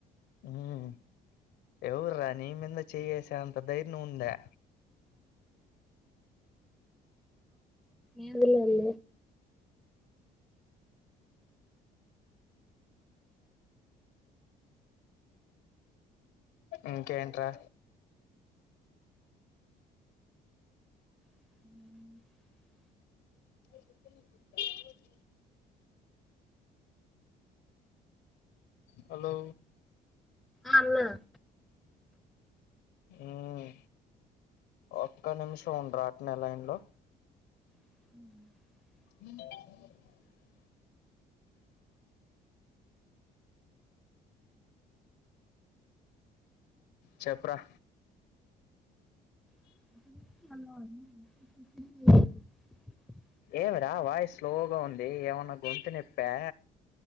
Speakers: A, on the left; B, in the centre.
A: మ్... ఎవర్రా నీమింద చేయ్యెసె అంత ధైర్యం ఉందా
B: ఏదో లె <unintelligible> అళ
A: ఇంకేంట్రా
B: మ్..
A: అ <unintelligible> హలో
B: ఆ... ఆ..
A: మ్ ఒక్క నిమిషం ఉండరా అట్నె లైన్లో
B: హ <unintelligible>
A: ఉ చప్ర
B: అ <unintelligible>
A: ఏమిరా వాయిస్ లోగా ఉంది ఏమన్నా గొంతు నొప్పా